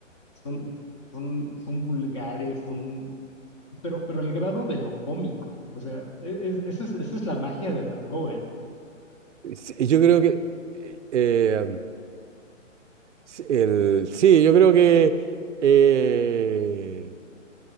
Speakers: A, on the left; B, on the right.
A: son, son, son vulgares, son, pero, pero al grado de lo cómico. O sea, e- es- esa es, esa es la magia de Verhoeven.
B: Sí, yo creo que eh, sí, el, sí, yo creo que eh,